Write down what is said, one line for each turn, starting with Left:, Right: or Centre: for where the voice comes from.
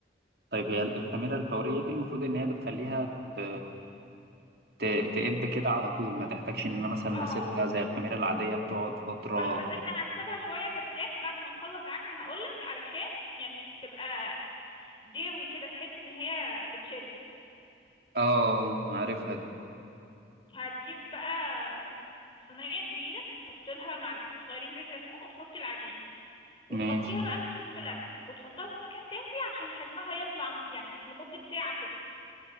Right: طيب هي الخميره الفوريه دي المفروض ان هي بتخليها ت- ت- تقب كده على طول ما تحتاجش ان انا مثلا
Left: اه
Right: اسيبها زي الخميره العاديه بتقعد فتره
Left: اح بس احنا هنسيبها شويه ترتاح بعد ما نخلص عجن هقولك علشان يعني تبقى داوي كده تحس ان هي بتشد
Right: اه عارفها دي
Left: هتجيب بقى صينيه كبيره تحط لها معلقتين صغيرين زيت زيتون وتحط العجينه وتغطيها
Right: ماشي
Left: بقى بكيس بلاستيك وتحطها في مكان دافي عشان حجمها يطلع م- يعني لمده ساعه كده